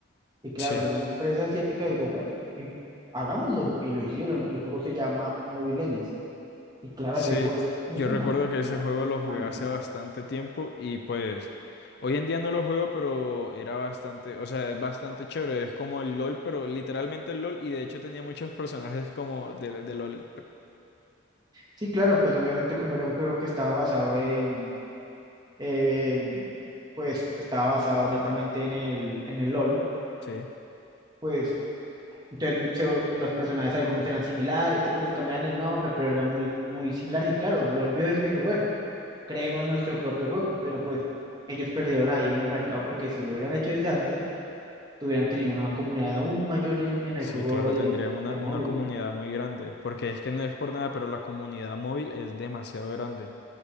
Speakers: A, on the right; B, on the left.
A: Y claro,
B: Sí.
A: salió una empresa asiática y dijo, bueno, y hagámoslo, y lo hicieron, y el juego se llama Mobile Legends. Y claro,
B: Sí,
A: ese juego tiene
B: yo
A: una
B: recuerdo
A: comunidad
B: que ese juego lo
A: gigante.
B: jugué hace bastante tiempo y pues hoy en día no lo juego, pero era bastante, o sea, es bastante chévere, es como el LOL, pero literalmente el LOL y de hecho tenía muchos personajes como de, de LOL.
A: Sí, claro, pues obviamente como era un juego que estaba basado en, en, pues estaba basado netamente en el, en el LOL,
B: Sí,
A: pues entonces se- los personajes algunos eran similares, tipo les cambiaban el nombre, pero eran muy, muy similares y claro, LOL vio eso y dijo, bueno, creemos nuestro propio juego, pero pues ellos perdieron ahí en el mercado porque si lo hubieran hecho desde antes, hubieran tenido una comunidad aún mayor en, en
B: sí,
A: el juego
B: claro,
A: de,
B: tendrían una,
A: de móvil,
B: una comunidad muy grande, porque es que no es por nada, pero la comunidad móvil es demasiado grande.